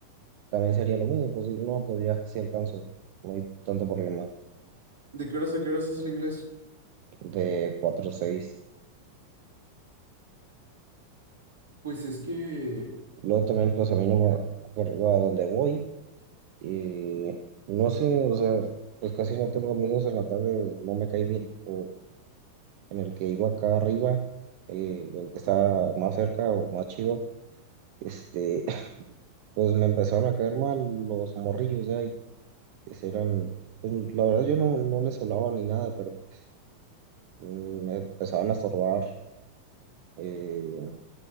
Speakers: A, on the right (about 45°); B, on the right (about 70°).
A: también sería lo mismo, pues sí, no, pues ya, sí alcanzo, no hay tanto problema
B: ¿De qué horas a qué horas es el inglés?
A: de cuatro o 6.
B: Pues es que,
A: Luego también, pues a mí no me acuerdo a dónde voy. eh, no sé, o sea, pues casi no tengo amigos en la tarde, o no me cae bien. O en el que iba acá arriba, eh, el que está más cerca o más chido, este, <laughs> pues me empezaron a caer mal los morrillos de ahí. que eran, pues la verdad yo no, no les hablaba ni nada, pero pues, mm, me empezaban a estorbar. eh,